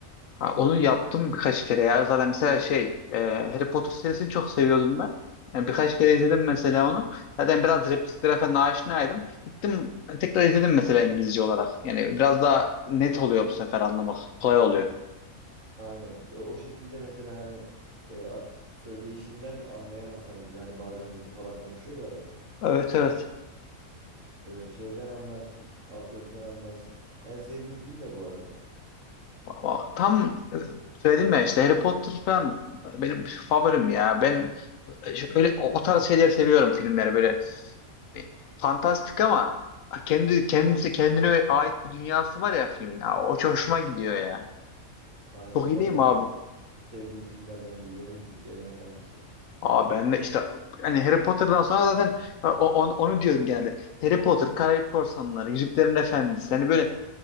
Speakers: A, on the left (about 70°); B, on the right (about 60°).
A: Ha, onu
B: Ee,
A: yaptım birkaç kere ya. Zaten mesela şey e, Harry Potter serisini çok seviyordum ben. Yani birkaç kere izledim mesela onu. Zaten biraz repliklere falan aşinaydım. Gittim tekrar izledim mesela İngilizce olarak. Yani biraz daha net oluyor bu sefer anlamak. Kolay oluyor.
B: aynen o, o şekilde mesela hani e, ad- söyleyişinden anlayamasam bile hani bazen hızlı falan konuşuyorlar ya.
A: Evet evet.
B: Ee, şeyden anlarsın. Altyazıdan anlarsın. En sevdiğim film ne bu arada?
A: Ama Tam e, söyledim ya işte Harry Potter falan benim favorim ya. Ben e, öyle o o tarz şeyler seviyorum filmleri böyle Hani fantastik ama kendi kendisi kendine ait bir dünyası var ya filmin. Ha, o çok hoşuma gidiyor ya.
B: Aynen
A: Çok iyi
B: ben
A: değil mi
B: de mesela
A: abi?
B: en sevdiğim filmlerden biri benim Yüzüklerin Efendisi.
A: Aa ben de işte hani Harry Potter'dan sonra zaten o- o- onu diyorum genelde. Harry Potter, Karayip Korsanları, Yüzüklerin Efendisi. Hani böyle